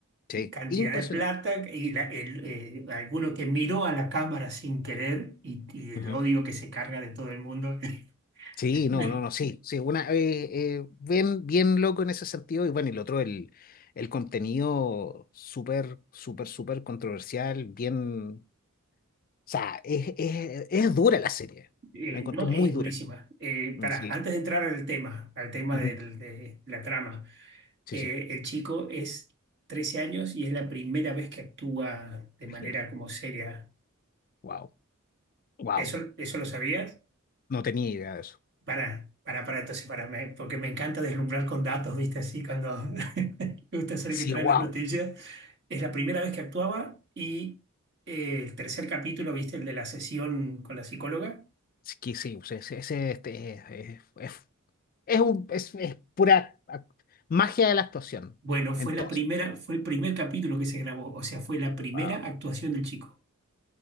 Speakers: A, on the left (about 40°); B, on the right (about 55°).
A: Sí,
B: cantidad
A: impresionante.
B: de plata y la- el, eh, alguno que miró a la cámara sin querer y, y el
A: Ujú.
B: odio que se carga de todo el mundo. <laughs>
A: Sí,
B: Me-
A: no, no, no, sí, sí, una, eh, eh, bien, bien loco en ese sentido, y bueno, y lo otro, el, el contenido súper, súper, súper controversial, bien, o sea, es, es, es dura la serie,
B: eh,
A: la encontré
B: no,
A: muy
B: es
A: dura,
B: durísima. Eh,
A: Mm,
B: pará,
A: sí,
B: antes de entrar al tema, al tema
A: Ujú.
B: del- de la trama,
A: sí,
B: eh,
A: sí,
B: el chico es 13 años y es la primera vez que actúa de
A: imagino,
B: manera como seria.
A: wow, wow,
B: ¿Eso, eso lo sabías?
A: no tenía idea de eso,
B: Para, para, para, entonces, para, me- porque me encanta deslumbrar con datos, ¿viste? Así, cuando <laughs> me gusta ser
A: sí,
B: el que trae
A: wow,
B: las noticias. Es la primera vez que actuaba y eh, el tercer capítulo, ¿viste? El de la sesión con la psicóloga.
A: sí, que sí, o sea, ese, ese- este, es, es, es, es un- es- es pura ac- magia de la actuación,
B: Bueno, fue
A: en
B: la
A: todo
B: primera,
A: sentido,
B: fue el primer capítulo que se grabó, o sea, fue la primera
A: wow,
B: actuación del chico.